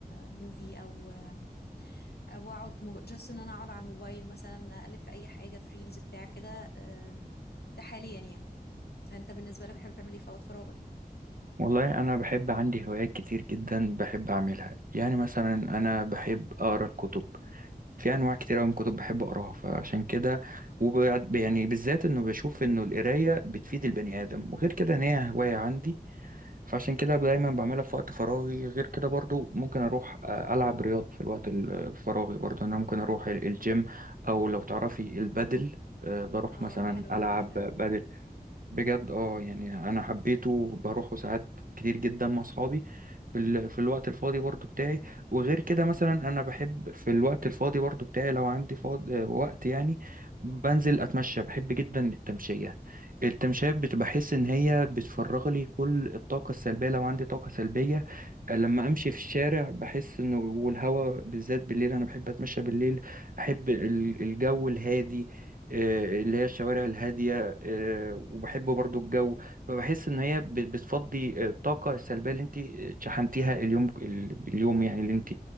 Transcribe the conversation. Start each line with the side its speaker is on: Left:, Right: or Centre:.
Left: موفي او آم، او اقعد جاست ان انا اقعد على الموبايل مثلا اقلب في اي حاجه في ريلز بتاع كده آم، ده حاليا يعني انت بالنسبه لك بتحب تعمل ايه في وقت فراغك
Right: والله أنا بحب عندي هوايات كتير جدا بحب أعملها يعني مثلا أنا بحب أقرأ الكتب في أنواع كتير أوي من الكتب بحب أقراها فعشان كده وب يعني بالذات إنه بشوف إنه القراية بتفيد البني آدم وغير كده إن هي هواية عندي فعشان كده دايما بعملها في وقت فراغي غير كده برضو ممكن اروح آه، العب رياضه في الوقت الفراغي برضو انا ممكن اروح ال- الجيم او لو تعرفي البادل آه، بروح
Left: اه
Right: مثلا
Left: حلو
Right: العب
Left: قوي قوي
Right: بادل بجد اه يعني انا حبيته بروحه ساعات كتير جدا مع اصحابي في ال... في الوقت الفاضي برضو بتاعي وغير كده مثلا انا بحب في الوقت الفاضي برضو بتاعي لو عندي فاضي وقت يعني بنزل اتمشى بحب جدا التمشية التمشية بت- بحس ان هي بتفرغ لي كل الطاقة السلبية لو عندي طاقة سلبية آه، لما امشي في الشارع بحس انه والهوا بالذات بالليل انا بحب اتمشى بالليل احب ال- الجو الهادي آه، اللي هي الشوارع الهادية آه، وبحب برضو الجو فبحس ان هي ب- بتفضي آه، الطاقه السلبيه اللي انت شحنتيها اليوم ال- اليوم يعني اللي انت